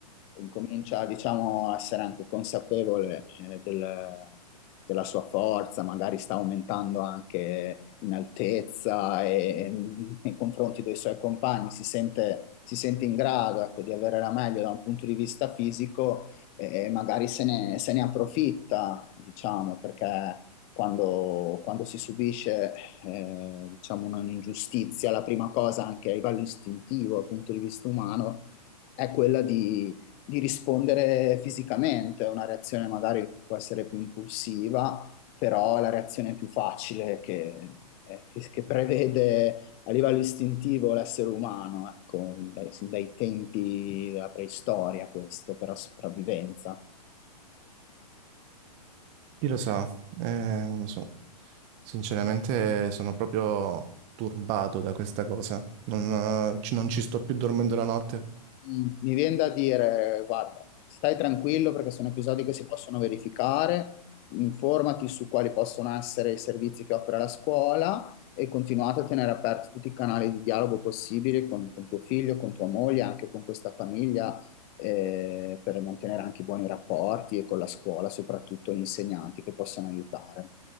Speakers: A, on the left; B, on the right.
A: incomincia, diciamo, a essere anche consapevole, eh, del- della sua forza, magari sta aumentando anche in altezza e, e nei confronti dei suoi compagni, si sente, si sente in grado, ecco, di avere la meglio da un punto di vista fisico e magari se ne, se ne approfitta, diciamo, perché quando, quando si subisce eh, diciamo una- un'ingiustizia. La prima cosa, anche a livello istintivo, dal punto di vista umano, è quella di, di rispondere fisicamente. È Una reazione magari può essere più impulsiva, però è la reazione più facile che, eh, che- che prevede a livello istintivo l'essere umano, ecco, dai- sin dai tempi della preistoria questo, per la sopravvivenza.
B: Chi lo sa? Eh, non lo so. Sinceramente sono proprio turbato da questa cosa. Non, eh, ci non ci sto più dormendo la notte.
A: Mm, Mi viene da dire, guarda, stai tranquillo perché sono episodi che si possono verificare, informati su quali possono essere i servizi che offre la scuola e continuate a tenere aperti tutti i canali di dialogo possibili con, con tuo figlio, con tua moglie, anche con questa famiglia, eh, per mantenere anche i buoni rapporti e con la scuola, soprattutto gli insegnanti che possono aiutare.